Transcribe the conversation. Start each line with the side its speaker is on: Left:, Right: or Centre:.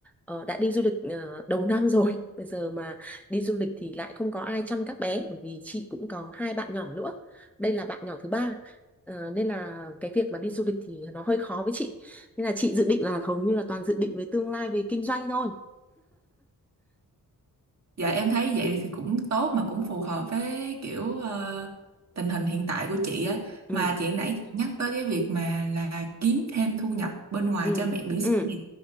Centre: ờ, đã đi du lịch ờ, đầu năm rồi. <laughs> Bây giờ mà đi du lịch thì lại không có ai chăm các bé bởi vì chị cũng có hai bạn nhỏ nữa. Đây là bạn nhỏ thứ ba. Ờ, nên là cái việc mà đi du lịch thì nó hơi khó với chị. Nên là chị dự định là hầu như là toàn dự định với tương lai về kinh doanh thôi.
Right: Dạ em thấy vậy thì cũng tốt mà cũng phù hợp với kiểu ờ, tình hình hiện tại của chị á
Centre: Ừ,
Right: mà chị nãy chị nhắc tới cái việc mà là kiếm thêm thu nhập bên ngoài
Centre: ừ,
Right: cho mẹ bỉm sữa
Centre: ừ.
Right: thì